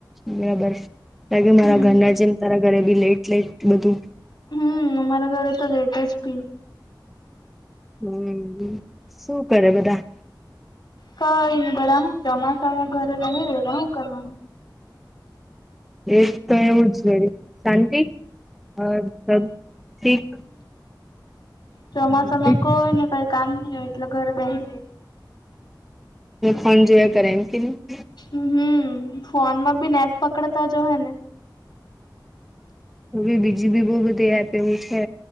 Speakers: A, in the centre; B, on the left.
A: બરાબર છે. લાગે મારા
B: હમ
A: ઘરના જેમ તારા ઘરે બી ‌લેટ લેટ બધું.
B: હમ અમારા ઘરે તો લેટ જ પી.
A: હમ શું કરે બધા,
B: કઈની બધા હું ચોમાસામાં ઘરે બેહી રહેલા શું કરવાનું.
A: એજ તો એવું જ વળી શાંતિ. ઓર સબ ઠીક.
B: ચોમાસામાં
A: ઠીક
B: કોઈ ને કઈ કામ નઈ હોય એટલે ઘરે બેહી રહે.
A: ફોન જોયા કરે એમ કે ને,
B: હમ ફોન માં બી નેટ પકડતા જો હ ને.
A: હો ભી બીજી બી બો બધી એપ એવું છે